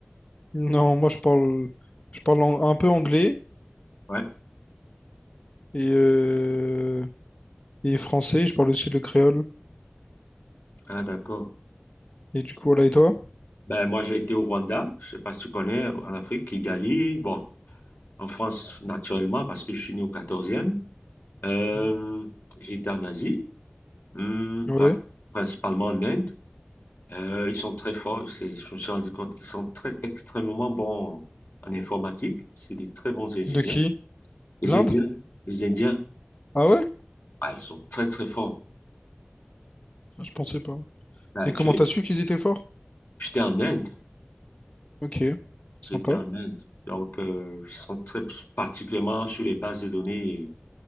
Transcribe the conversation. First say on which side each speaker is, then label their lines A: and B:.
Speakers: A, on the left (about 35°); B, on the left (about 60°).
A: Non, moi je parle, je parle en- un peu anglais
B: Ouais.
A: et, euh, et français. Je parle aussi le créole.
B: Ah, d'accord.
A: Et du coup, voilà, et toi?
B: Ben, moi, j'ai été au Rwanda, je sais pas si tu connais, en Afrique, Kigali, bon, en France, naturellement, parce que je suis né au quatorzième. e Euh,
A: Mhm.
B: j'ai été en Asie, hum,
A: Ouais.
B: pra- principalement en Inde. Euh, ils sont très forts. C'est- Je me suis rendu compte qu'ils sont très extrêmement bons en informatique. C'est des très bons ingénieurs.
A: De qui?
B: Les
A: L'Inde?
B: Indiens, les Indiens,
A: Ah ouais?
B: ah, ils sont très très forts.
A: Ah, Je pensais pas.
B: Là,
A: Et comment
B: tu les-
A: t'as su qu'ils étaient forts?
B: J'étais en Inde,
A: Ok. Sympa.
B: j'étais en Inde. Donc, euh, ils sont très particulièrement sur les bases de données et